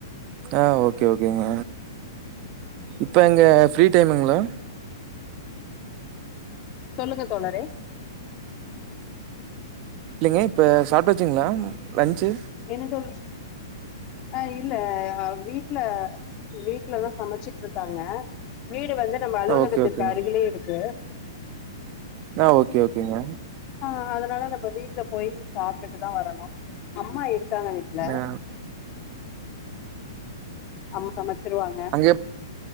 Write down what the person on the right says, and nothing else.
ஆ ஓகே ஓகேங்க இப்ப எங்க ஃப்ரீ டைமுங்ளா
இல்லைங்க இப்ப சாப்டாச்சுங்ளா லன்சு
ஓகே ஓகேங்க
ஆ ஓகே ஓகேங்க
ஆ
அங்க